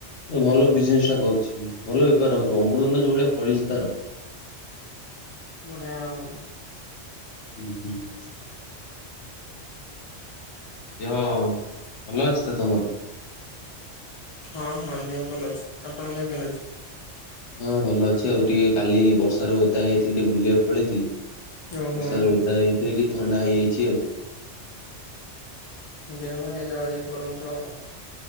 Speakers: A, on the left; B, on the left.
A: ଆ ଭଲ ବିଜନେସଟା କରୁଛି କିନ୍ତୁ। ଭଲ ବେପାର ହଉଥିବ, ଅମୃତଭଣ୍ଡା ଯୋଉ ଭଳିଆ ଫଳିଛି ତାର।
B: ବଢ଼ିଆ ଆଉ।
A: <inaudible> ଦେହ ଭଲ ଅଛି ତ ତମର?
B: ହଁ ହଁ, ଦେହ ଭଲ ଅଛି। ଆପଣ ଙ୍କ
A: ହଁ, ଭଲ ଅଛି ଆଉ ଟିକେ କାଲି ବର୍ଷାରେ ଓଦା ହେଇ ଯାଇଥିଲି, ଟିକେ ବୁଲିବାକୁ ପଳେଇଥିଲି।
B: ଓହୋ
A: ବର୍ଷାରେ ଓଦା ହେଇକି, ଟିକେ ଥଣ୍ଡା ହେଇଯାଇଚି ଆଉ।
B: ଦେହ---ଟିକେ ଜଗା ଜଗି କରନ୍ତୁ ଆଉ।